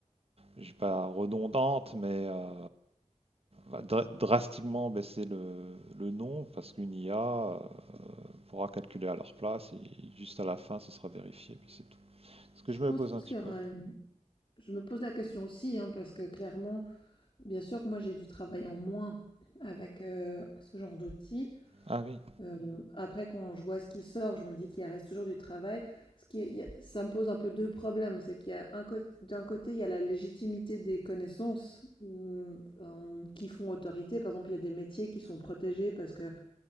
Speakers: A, on the right; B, on the left.
A: je dis pas redondantes, mais euh, va dra- drastiquement baisser le, le nom parce qu'une IA euh, pourra calculer à leur place et juste à la fin ce sera vérifié, puis c'est tout. est Ce que
B: Je
A: je me
B: pense
A: pose un
B: qu'il
A: petit
B: y aura
A: peu.
B: une je me pose la question aussi, hein, parce que clairement, bien sûr que moi j'ai dû travailler en moins avec, heu, ce genre d'outils.
A: Ah oui,
B: Hem, après quand je vois ce qui sort, je me dis qu'il reste toujours du travail. Ce qui est il y a ça me pose un peu 2 problèmes, c'est qu'il y a un côt d'un côté, il y a la légitimité des connaissances, mmh, hem, qui font autorité. Par exemple, il y a des métiers qui sont protégés parce que,